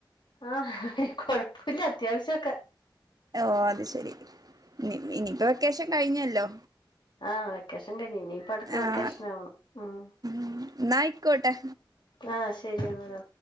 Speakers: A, on the left (about 70°); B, on the right (about 50°).
A: ആഹ് കൊഴപ്പുല്ല അത്യാവശ്യം ഒക്കെ.
B: ഓ അത് ശെരി നി ഇനിപ്പോ വെക്കേഷൻ കഴിഞ്ഞല്ലോ.
A: ആഹ് വെക്കേഷൻ കൈഞ്ഞ് ഇനീപ്പോ അട്ത്ത
B: ആഹ്
A: വെക്കേഷനാവണം ഉം
B: ഉം ന്നായിക്കോട്ടെ.
A: ആഹ് ശെരി ങ്ങനെ.